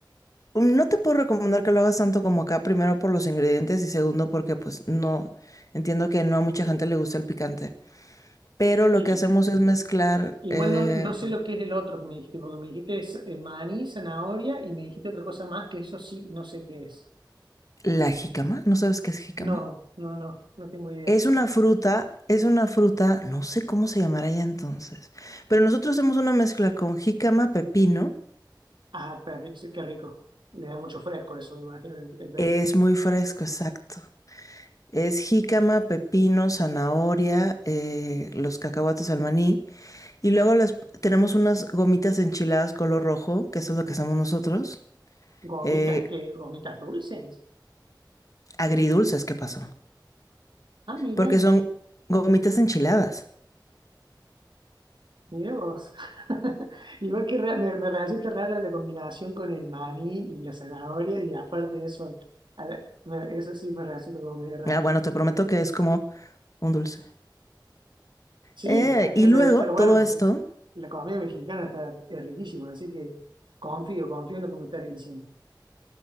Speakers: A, on the left; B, on the right.
A: No te puedo recomendar que lo hagas tanto como acá, primero por los ingredientes y segundo porque pues no, entiendo que no a mucha gente le gusta el picante. Pero lo
B: Y,
A: que hacemos es mezclar
B: igual
A: eh,
B: no, no sé lo que es el otro que me dijiste, porque me dijiste es, eh, maní, zanahoria y me dijiste otra cosa más que eso sí, no sé qué es.
A: la jícama. ¿No sabes qué es jícama?
B: No, no, no, no tengo idea.
A: Es una fruta, es una fruta, no sé cómo se llamará ya entonces. Pero nosotros hacemos una mezcla con jícama, pepino.
B: Ah, pero qué rico. Le da mucho fresco eso, me imagino, el, el bebé.
A: Es muy fresco, exacto. Es jícama, pepino, zanahoria, eh, los cacahuates al maní. Y luego les, tenemos unas gomitas enchiladas color rojo, que eso es lo que hacemos nosotros.
B: Gomitas,
A: Eh,
B: que gomitas dulces.
A: agridulces, ¿qué pasó?
B: Ah, mira,
A: Porque son gomitas enchiladas.
B: mira vos. <laughs> Igual que re- me, me resulta rara la combinación con el maní y la zanahoria, y aparte de eso, a la- me- eso sí me resulta como medio raro.
A: Ah, bueno, te prometo que es como un dulce.
B: Sí,
A: Eh,
B: me imagino
A: y luego
B: que debe estar
A: todo
B: bueno porque
A: esto,
B: la comida mexicana está, es riquísima, así que confío, confío en lo que me estás diciendo.